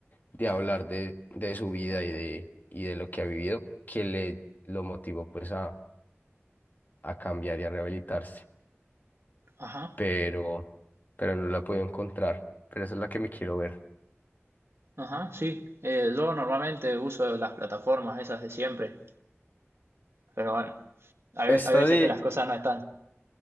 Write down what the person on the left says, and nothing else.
de hablar de, de su vida y de, y de lo que ha vivido que le lo motivó pues a, a cambiar y a rehabilitarse.
Pero, pero no la puedo encontrar. Pero esa es la que me quiero ver.
Esta
de